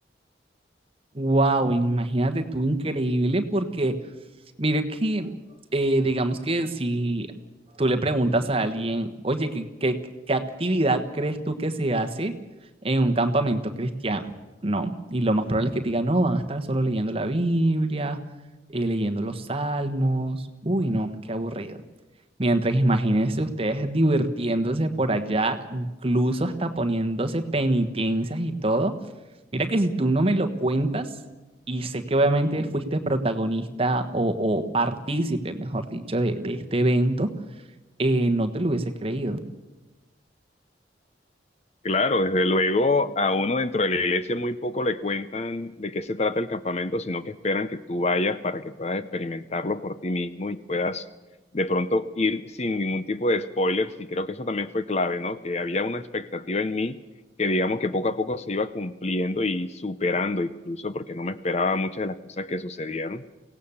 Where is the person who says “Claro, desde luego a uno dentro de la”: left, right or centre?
Left